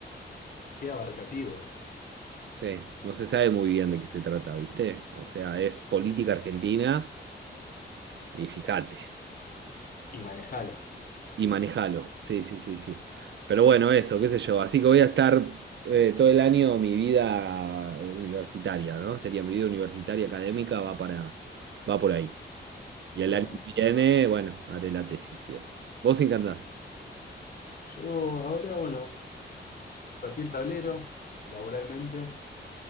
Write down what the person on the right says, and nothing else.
Sí, no se sabe muy bien de qué se trata, ¿viste? O sea, es política argentina y fíjate,
y manejalo. Sí, sí, sí, sí. Pero bueno, eso, qué sé yo. Así que voy a estar eh, todo el año mi vida eh, universitaria, ¿no? Sería mi vida universitaria académica, va para, va por ahí. Y el
año que viene, bueno, haré la tesis y eso. ¿Vos encantás?